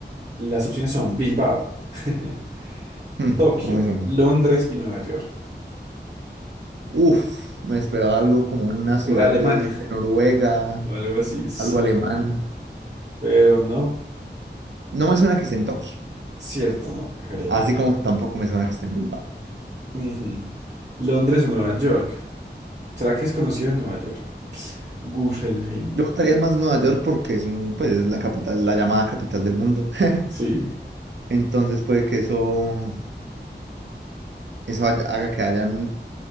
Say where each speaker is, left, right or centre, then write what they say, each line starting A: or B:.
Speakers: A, on the right (about 40°); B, on the right (about 80°).
A: Las opciones son Bilbao, <laughs>
B: Hmm,
A: Tokio,
B: No me suena.
A: Londres y Nueva York.
B: Uf, me esperaba algo como una ciudad
A: Alemania.
B: de, de Noruega,
A: o algo así, sí,
B: algo alemán.
A: pero no,
B: No me suena que esté en Tokio,
A: cierto, no creo.
B: así como tampoco me suena que esté en Bilbao.
A: Ujú. Londres o Nueva York. ¿Será que es conocido en Nueva York? Guggenheim,
B: Yo estaría más Nueva York porque es un, pues es la capital, la llamada capital del mundo. <laughs>
A: sí.
B: Entonces puede que eso, eso haya- haga que hayan